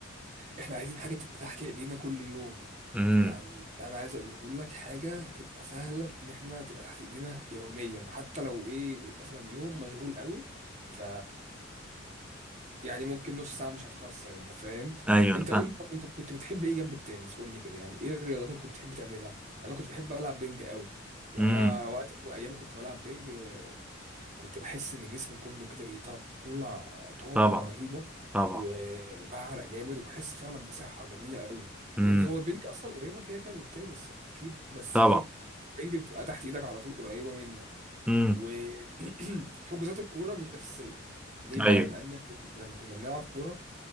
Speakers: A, on the right; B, in the centre.
A: احنا عايزين حاجة تبقى تحت ايدينا كل يوم
B: امم
A: يعني انا عايز اقوله لك حاجة تبقى سهلة ان احنا تبقى تحت ايدينا يوميا حتى لو ايه مثلا يوم مشغول قوي ف يعني ممكن نص ساعة مش هتخسر انت فاهم
B: ايوه
A: انت
B: انا فاهم
A: قول لي طب انت كنت بتحب ايه جنب التنس قول لي كده يعني ايه الرياضات اللي كنت بتحب تعملها انا كنت بحب العب بينج قوي يعني
B: امم
A: انا وقت ايام كنت بلعب بينج كنت بحس ان جسمي كله كده بيطلع طاقه
B: طبعا
A: رهيبه
B: طبعا
A: و- وبعرق جامد وبحس فعلا بصحه جميله قوي
B: امم
A: يعني هو البنج اصلا قريبه كده كده من التنس اكيد بس
B: طبعا
A: ايه البنج بتبقى تحت ايدك على طول قريبه منك
B: امم
A: وحجوزات <clears throat> الكوره مش اساسيه ليه
B: ايوه
A: بقى لان كنت- لما كنا بنلعب كوره